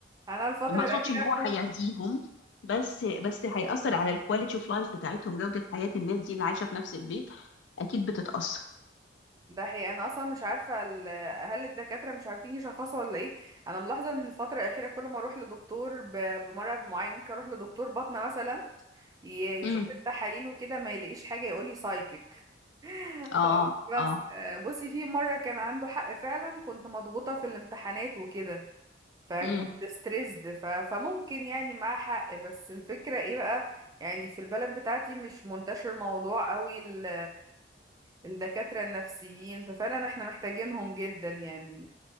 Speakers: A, on the right; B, on the left.
A: انا الفترة
B: ما اقصدش
A: الأخيرة
B: ان هو
A: كنت-
B: هيعديهم بس بس هيأثر على الكواليتي اوف لايف بتاعتهم جودة حياة الناس دي اللي عايشة في نفس البيت اكيد بتتأثر
A: ده حقيقي انا اصلا مش عارفة ال- هل الدكاترة مش عارفين يشخصوا ولا ايه انا ملاحظة ان الفترة الأخيرة كل ما اروح لدكتور ب- بمرض معين ممكن اروح لدكتور باطنة مثلا ي-
B: امم
A: يشوف التحاليل وكده ما يلاقيش حاجة يقولي سايكيك <laughs>
B: اه
A: طيب، بس
B: اه
A: آه، بصي في مرة كان عنده حق فعلا كنت مضغوطة في الامتحانات وكده فكنت
B: امم.
A: ستريسد ف... فممكن يعني معاه حق بس الفكرة ايه بقى يعني في البلد بتاعتي مش منتشر موضوع قوي ال... الدكاترة النفسيين ففعلا احنا محتاجينهم جدا يعني